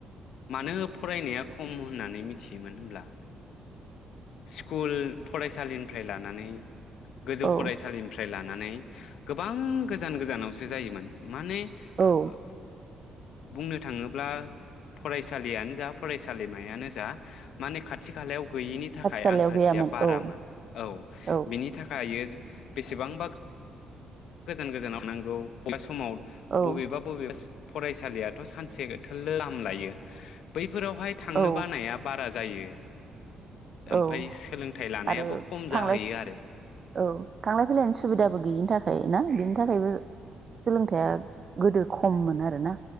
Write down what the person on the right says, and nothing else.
औ
औ
खाथि खालायाव
गैयामोन
औ औ
औ
औ
औ
आरो
थांलाय
औ थांलाय फैलायनि सुबिदाबो गैयिनि थाखाय ना बेनि थाखायबो सोलोंथाइया गोदो खममोन आद रोना